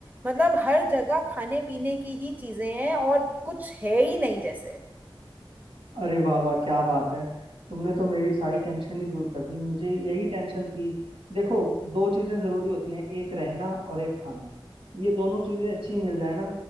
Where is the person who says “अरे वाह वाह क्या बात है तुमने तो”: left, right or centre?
Right